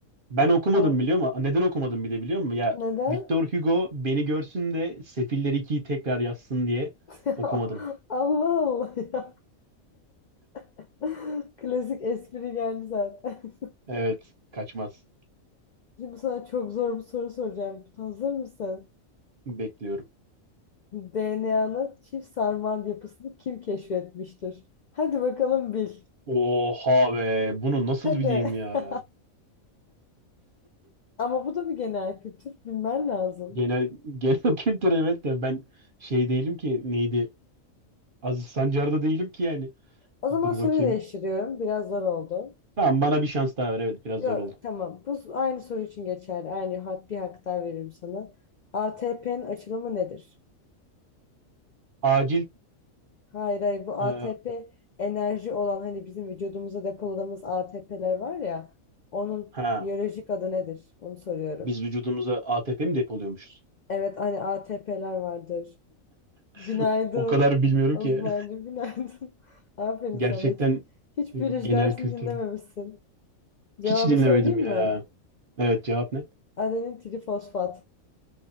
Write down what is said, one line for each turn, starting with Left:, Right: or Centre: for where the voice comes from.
Right: Ben okumadım
Left: Tamam.
Right: biliyor musun? Neden okumadım bir de biliyor musun? Ya
Left: Neden?
Right: Victor Hugo beni görsün de Sefiller ikiyi tekrar yazsın diye
Left: <laughs> Ya
Right: okumadım.
Left: Allah Allah ya. <laughs> Klasik espri geldi zaten.
Right: Evet, kaçmaz.
Left: Şimdi sana çok zor bir soru soracağım. Hazır mısın?
Right: Bekliyorum.
Left: DNA'nın çift sarmal yapısını kim keşfetmiştir? Hadi bakalım bil.
Right: Oha be, bunu nasıl
Left: Hadi.
Right: bileyim ya?
Left: <laughs> Ama bu da bir genel kültür. Bilmen lazım.
Right: Genel <laughs> genel kültür evet de ben şey değilim ki neydi? Aziz Sancar'da değilim ki yani.
Left: O zaman
Right: Dur
Left: soruyu
Right: bakayım.
Left: değiştiriyorum. Biraz zor oldu.
Right: Tamam bana bir şans daha ver. Evet biraz
Left: Yok
Right: zor oldu.
Left: tamam. Bu aynı soru için geçerli. Aynı hak, bir hak daha veririm sana. ATP'nin açılımı nedir?
Right: Acil
Left: Hayır hayır bu ATP
Right: e,
Left: enerji olan hani bizim vücudumuzda depoladığımız ATP'ler var ya onun
Right: ha
Left: biyolojik adı nedir? Onu soruyorum.
Right: biz vücudumuza ATP mi depoluyormuşuz?
Left: Evet hani ATP'ler vardır.
Right: <laughs>
Left: Günaydın.
Right: O kadar bilmiyorum
Left: Osman'cığım
Right: ki.
Left: günaydın. <laughs> Aferin
Right: Gerçekten
Left: sana. Hiç, hiç
Right: e, genel
Left: biyoloji dersini
Right: kültür.
Left: dinlememişsin. Cevabı
Right: Hiç dinlemedim
Left: söyleyeyim
Right: ya.
Left: mi?
Right: Evet cevap ne?
Left: Adenin trifosfat.